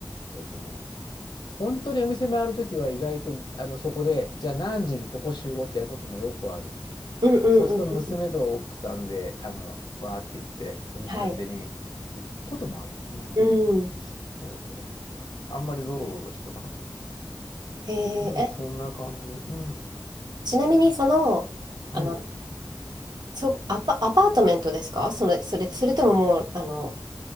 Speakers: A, on the left; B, on the right.
A: えっとね、本当にお店回るときは意外と、あの、そこで、じゃあ何時にここ集合ってやることもよくある。
B: うんうんうんうん。
A: そうすると娘と奥さんで、あの、わーって言って、僕勝手に行くこともある。
B: はい。
A: うん。
B: うん。
A: そうそうそう。あんまりゾロゾロしてこなかった。
B: えーえ、
A: うん、そんな感じ。うん。
B: ちなみにその、あの、
A: うん。
B: そ、アパ、アパートメントですかそれ、それ、それとももう、あの、